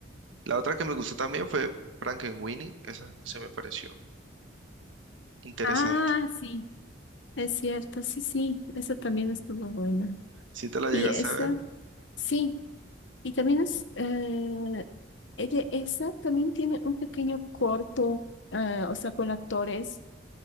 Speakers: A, on the right; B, on the left.
A: La otra que me gustó también fue Frankenweenie, esa no se me pareció interesante.
B: Ah, sí, Es cierto, sí, sí, esa también estuvo buena.
A: ¿Si te la llegaste
B: Y esa,
A: a ver
B: sí, y también es, eh, ella, esa también tiene un pequeño corto, eh, o sea, con actores.